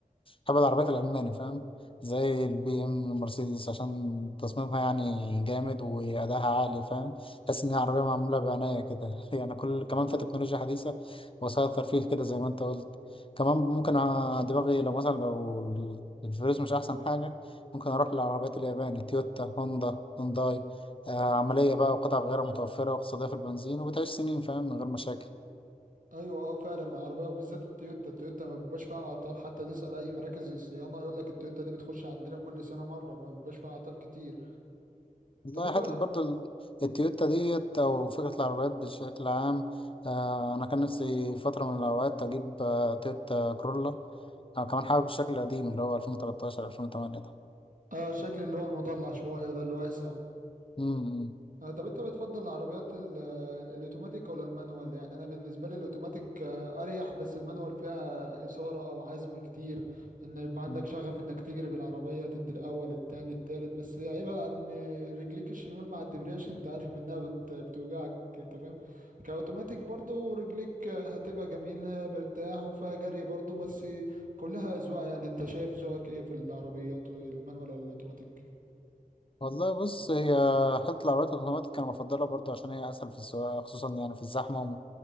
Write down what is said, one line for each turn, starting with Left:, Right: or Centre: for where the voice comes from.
Left: بحب العربيات الألماني فاهم زي البي إم المرسيدس عشان تصميمها يعني جامد وأداها عالي فاهم تحس إن هي عربية معمولة بعناية كده <laughs> يعني كل كمان في تكنولوجيا حديثة وسائل ترفيه كده زي ما أنت قلت كمان ممكن أ- دماغي لو مثلا لو الفلوس مش أحسن حاجة ممكن أروح للعربيات الياباني تويوتا هوندا هونداي آه، عملية بقى وقطع غير متوفرة واقتصادية في البنزين وبتعيش سنين فاهم من غير مشاكل
Right: ايوه اه فعلا العربية وبالذات التويوتا التويوتا ما بيبقاش فيها اعطال حتى تسأل اي مراكز الصيانة يقول لك التويوتا دي بتخش عندنا كل سنة مرة ما بيبقاش فيها اعطال كتير
Left: والله
Right: طب انت
Left: حتة برضه ال- التويوتا ديت أو فكرة العربيات بشكل عام آه أنا كان نفسي فترة من الأوقات أجيب آه تويوتا كرولا أنا كمان حابب الشكل القديم اللي هو 2013 2008 ده
Right: اه شكل اللي هو المضلع شوية ده الواسع
Left: مم،
Right: آه، طب انت بتفضل العربيات ال- الاوتوماتيك ولا المانوال يعني انا بالنسبه لي الاوتوماتيك آه، اريح بس المانوال فيها اثاره او عزم كتير ان يبقى عندك
Left: مم.
Right: شغف انك تجري بالعربيه تدي الاول التاني التالت بس عيبها ان رجليك الشمال مع الدبرياج انت عارف انها بت- بتوجعك انت فاهم كاوتوماتيك برضو رجليك آه، هتبقى جميله مرتاح وفيها جري برضو بس كلها اذواق يعني انت شايف ذوقك ايه في العربيات المانوال ولا الاوتوماتيك
Left: والله بص هي حتة العربيات الأوتوماتيك أنا بفضلها برضه عشان هي أسهل في السواقة خصوصا يعني في الزحمة